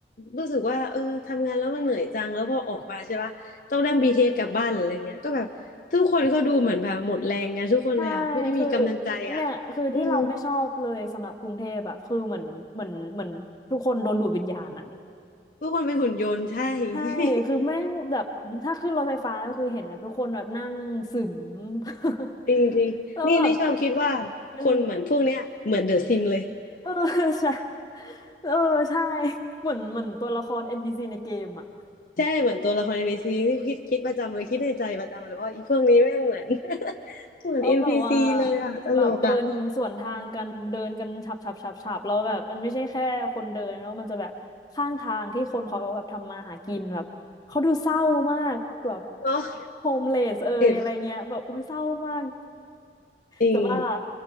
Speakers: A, on the left (about 45°); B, on the left (about 20°).
A: รู้สึกว่าเออทำงานแล้วมันเหนื่อยจังแล้วพอออกมาใช่ปะต้องนั่ง BTS กลับบ้านหรืออะไรเงี้ยก็แบบทุกคนเขาดูเหมือนแบบหมดแรงกันทุกคนเลยอ่ะไม่มีกำลังใจอ่ะ
B: ใช่คือเนี่ยคือที่เราไม่ชอบเลยสำหรับกรุงเทพแบบคือเหมือนเหมือนเหมือนทุกคนโดนดูดวิญญาณอะ
A: อืมทุกคนเป็นหุ่นยนต์ใช่ <laughs>
B: ใช่คือแม่งแบบถ้าขึ้นรถไฟฟ้าก็คือเห็นแบบทุกคนแบบนั่งซึม <laughs>
A: จริงจริงนี่นี่ชอบคิดว่าคนเหมือนพวกเนี้ยเหมือนเดอะซิมเลย
B: แล้วแบบเออ เออ <laughs> ใช่เออใช่เหมือนเหมือนตัวละคร NPC ในเกมอ่ะ
A: ใช่เหมือนตัวละครใน m ซีที่คิดคิดประจำเลยคิดในใจประจำเลยว่าอีพวกนี้แม่งเหมือน <laughs> เหมือน
B: กาแบบว่า
A: NPC เลยอ่ะตลกอ่ะ
B: แบบเดินสวนทางกันเดินกันฉับฉับฉับฉับแล้วแบบมันไม่ใช่แค่คนเดินแล้วมันจะแบบข้างทางที่คนเขาแบบทำมาหากินแบบเขาดูเศร้ามากแบบ
A: เนาะ
B: โฮมเลสเอยอะไรเงี้ยแบบโอ้ยเศร้ามาก
A: เห็นจริง
B: จะบ้า